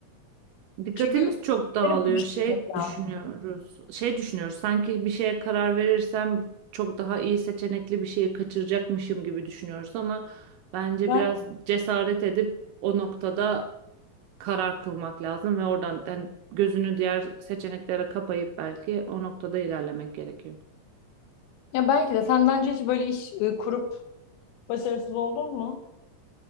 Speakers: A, on the right; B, on the left.
A: Dikkatimiz
B: Çünkü işleri
A: çok dağılıyor.
B: de düşünmek
A: Şey düşünüyoruz.
B: lazım.
A: Şey düşünüyoruz. Sanki bir şeye karar verirsem çok daha iyi seçenekli bir şeyi kaçıracakmışım gibi düşünüyoruz ama bence
B: Ben,
A: biraz cesaret edip o noktada karar kılmak lazım ve oradan yani gözünü diğer seçeneklere kapayıp belki o noktada ilerlemek gerekiyor.
B: ya belki de sen bence hiç böyle iş e, kurup başarısız oldun mu?